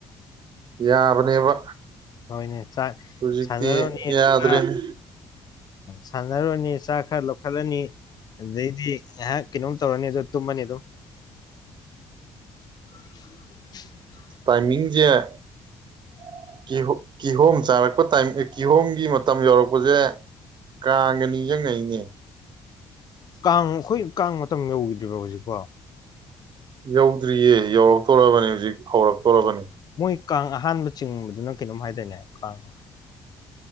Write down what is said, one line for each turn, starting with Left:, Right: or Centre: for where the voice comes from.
Right: ꯌꯥꯕꯅꯦꯕ
Left: ꯍꯣꯏꯅꯦ ꯆꯥꯏ
Right: ꯍꯧꯖꯤꯛꯇꯤ
Left: ꯁꯥꯟꯅꯔꯣꯅꯤ
Right: ꯌꯥꯗ꯭ꯔꯦꯅꯦ
Left: <unintelligible> ꯑ ꯁꯥꯟꯅꯔꯨꯔꯅꯤ ꯆꯥꯛ ꯈꯔ ꯂꯧꯈꯠꯂꯅꯤ ꯑꯗꯩꯗꯤ ꯉꯥꯏꯍꯥꯛ ꯀꯩꯅꯣꯝ ꯇꯧꯔꯅꯤ ꯑꯗꯣ ꯇꯨꯝꯃꯅꯤ ꯑꯗꯨꯝ <unintelligible>
Right: ꯇꯥꯏꯃꯤꯝꯁꯦ <unintelligible> ꯀꯤꯍꯣꯝ ꯆꯥꯔꯛꯄ ꯇꯥꯏꯝ ꯀꯤꯍꯣꯝꯒꯤ ꯃꯇꯝ ꯌꯧꯔꯛꯄꯁꯦ ꯀꯥꯡꯒ ꯅꯤꯡꯁꯤꯡꯉꯛꯏꯅꯦ
Left: ꯀꯥꯡ ꯑꯩꯈꯣꯏ ꯀꯥꯡ ꯃꯇꯝ ꯌꯧꯒꯤꯗ꯭ꯔꯤꯕꯣ ꯍꯧꯖꯤꯛꯄꯣ
Right: ꯌꯧꯗ꯭ꯔꯤꯌꯦ ꯌꯧꯔꯛꯇꯣꯔꯕꯅꯤ ꯍꯧꯖꯤꯛ ꯍꯧꯔꯛꯇꯣꯔꯕꯅꯤ
Left: ꯃꯣꯏ ꯀꯥꯡ ꯑꯍꯥꯟꯕ ꯆꯤꯡꯕꯗꯨꯅ ꯀꯩꯅꯣꯝ ꯍꯥꯏꯗꯥꯏꯅꯦ ꯀꯥꯡ